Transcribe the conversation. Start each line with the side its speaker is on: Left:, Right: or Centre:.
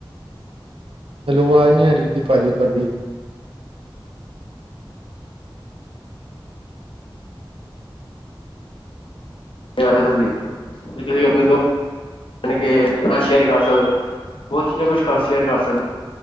Right: ਹੈਲੋ ਆਵਾਜ ਨਹੀਂ ਆ ਰਹੀ ਜੀ ਭਾਜੀ ਤੁਹਾਡੀ।
Left: ਕੀ ਕਰਦੇ ਹੋ ਤੁਸੀਂ ਆਪਣੇ ਦੋ ਯਾਨੀ ਕਿ ਸ਼ੇਅਰ ਕਰ ਸਕਦੇ ਹੋ ਬਹੁਤ ਚੀਜ਼ਾਂ ਕੁਛ ਕਰ ਸ਼ੇਅਰ ਕਰ ਸਕਦੇ ਹੋ।